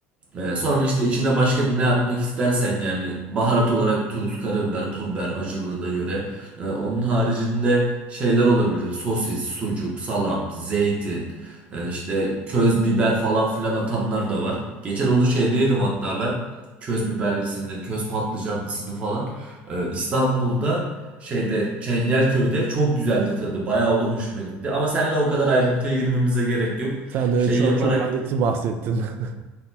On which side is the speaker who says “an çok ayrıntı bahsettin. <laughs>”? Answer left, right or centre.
Right